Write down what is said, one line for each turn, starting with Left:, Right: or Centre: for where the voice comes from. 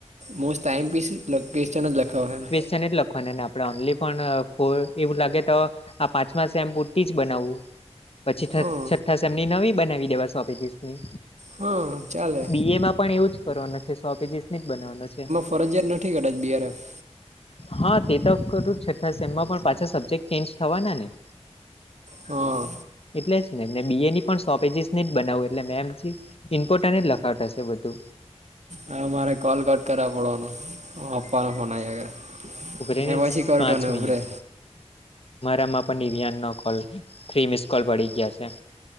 Right: મોસ્ટ આઇ એમ પી છે. લોકેશન જ લખાવો છેને.
Left: સેને જ લખવાનું ને આપણે ઓનલી પણ ફોર એવું લાગે તો આ પાંચમા સેમ પુરતી જ બનાવવું. પછી
Right: હા
Left: છઠ્ઠા સેમની નવી બનાવી દેવાય સો પેજીસ ની.
Right: હા ચાલે.
Left: બી એ માં પણ એવું જ કરવાનો છે સો પેજીસ ની જ બનાવવાનો છે.
Right: ફરજીયાત નથી કદાચ બી આર એફ.
Left: હા તે તો છઠ્ઠા સેમમાં પણ પાછા સબ્જેક્ટ ચેન્જ થવાના ને!
Right: હા.
Left: એટલે જ ને અને બી એ ની પણ સો પેજીસ જ બનાવું એટલે મેમ ઇમ્પોર્ટ અને જ લખાવતા હશે બધુ. ધુ
Right: હા મારે કોલ કટ કરવા પડવાનું હું આપવાનો ફોન આવ્યો.
Left: ઉભરેની
Right: મે પછી કરુ
Left: પાંચ
Right: તને ઉભોરે.
Left: મિનિટ મારામાં પણ ઇવીઆન નો કોલ થ્રી મિસ કોલ પડી ગયા છે.